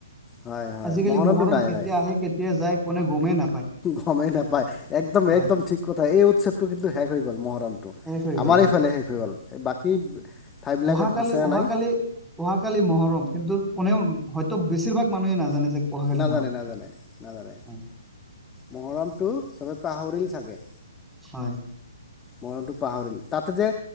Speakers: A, on the left; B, in the centre.
A: হয় হয়
B: আজিকালি
A: মহৰমটো
B: মহৰম
A: নাই
B: কেতিয়া
A: নাই
B: আহে কেতিয়া যায়। কোনে গমেই নাপায়
A: গমেই নাপায় একদম,
B: হয়
A: একদম ঠিক কথা এই উৎসৱটো কিন্তু হে হৈ গ'ল মহৰমটো।
B: শেষ হৈ গ'ল
A: আমাৰ এইফালে শেষ হৈ গ'ল এ বাকী। ঠাইবিলাকত
B: উহাকালি,
A: আছে
B: উহাকালি
A: নাই
B: অহাকালি মহৰম কিন্তু কোনেও হয়তো বেছিভাগ মানুহে নাজানে যে অহাকালি
A: নাজানে,
B: মহৰম
A: নাজানে, নাজানে
B: হয়
A: মহৰমটো চবে পাহৰিলে। থাকে।
B: হয়।
A: মৰণটো পাহৰিল তাতে যে